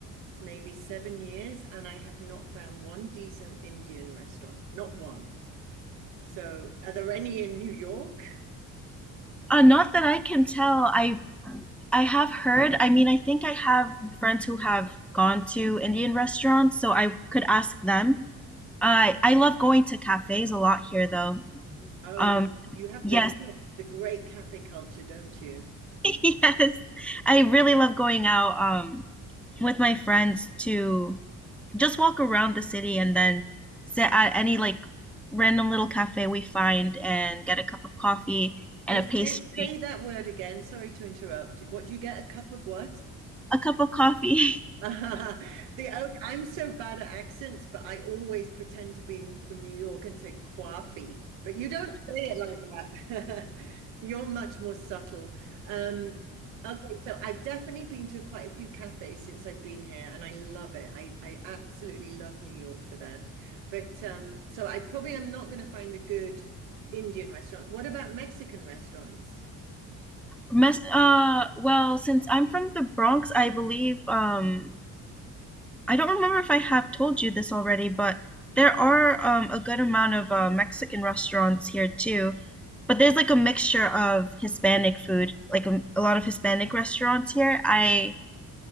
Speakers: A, on the right (about 80°); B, in the centre.
A: maybe seven years and I have not found one decent Indian restaurant. Not one. So are there any in New York?
B: Uh, not that I can tell. I I have heard, I mean, I think I have friends who have gone to Indian restaurants, so I could ask them. I I love going to cafes a lot here though.
A: Oh,
B: Um,
A: you have
B: yes.
A: the you have the great cafe culture, don't you?
B: <laughs> Yes. I really love going out um with my friends to just walk around the city and then sit at any like random little cafe we find and get a cup of coffee and
A: Oh,
B: a pastry,
A: say say that word again. Sorry to interrupt. What do you get? A cup of what?
B: a cup of coffee.
A: <laughs>
B: <laughs>
A: The oh, I'm so bad at accents, but I always pretend to be from New York and say coffee. But you don't say it like that. <laughs> You're much more subtle. Um, okay, so I've definitely been to quite a few cafes since I've been here, and I love it. I, I absolutely love New York for that. But um, so I probably am not going to find a good Indian restaurant. What about Mexican restaurants?
B: Mess uh well, since I'm from the Bronx, I believe um I don't remember if I have told you this already, but there are um a good amount of uh, Mexican restaurants here too. But there's like a mixture of Hispanic food, like a, a lot of Hispanic restaurants here. I